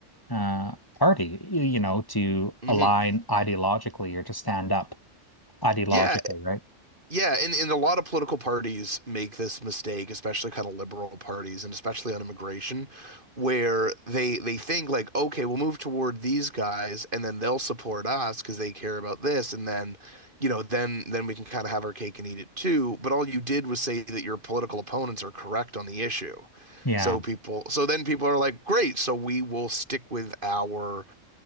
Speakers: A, on the left; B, on the right.
A: uh party, you, you know, to
B: mhm.
A: align ideologically or to stand up ideologically,
B: Yeah,
A: right?
B: Yeah, and, and a lot of political parties make this mistake, especially kind of liberal parties and especially on immigration, where they they think like, okay, we'll move toward these guys and then they'll support us because they care about this, and then, you know, then then we can kind of have our cake and eat it too. But all you did was say that your political opponents are correct on the issue.
A: Yeah.
B: So people, so then people are like, great, so we will stick with our,